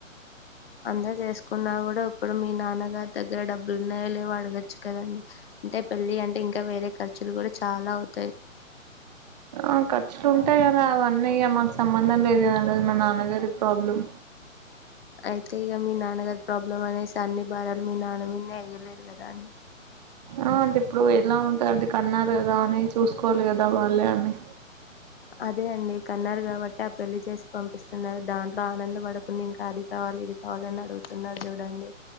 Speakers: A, on the left (about 45°); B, on the right (about 30°).
A: అందరు చేసుకున్నా కూడా ఇప్పుడు మీ నాన్నగారి దగ్గర డబ్బులు ఉన్నాయోలేవో అడగొచ్చు కదండి అంటే పెళ్లి అంటే ఇంకా వేరే ఖర్చులు కూడా చాలా అవుతా
B: అ ఖర్చులు ఉంటాయి కదా అవన్నీ అన్నయ్య మాకు సంబంధం లేదు కదండి మా నాన్నగారిక ప్రాబ్లం
A: అయితే ఇగ మీ నాన్నగారి ప్రాబ్లమ్ అనేసి అన్ని భారాలు మీ నాన్న మీన్నే ఎయ్యలేరు గద్ రాండీ
B: ఆ అంటే ఇప్పుడు ఎలా ఉంటాది అంటే. కన్నారు కదా అని చూసుకోవాలి కదా. వాళ్ళే అన్ని
A: అదే అండి కన్నారు కాబట్టి ఆ పెళ్లి చేసి పంపిస్తున్నారు. దాంట్లో ఆనంద పడకుండా. ఇంకా అది కావాలి, ఇది కావాలి కావాలని అడుగుతున్నారు చూడండి.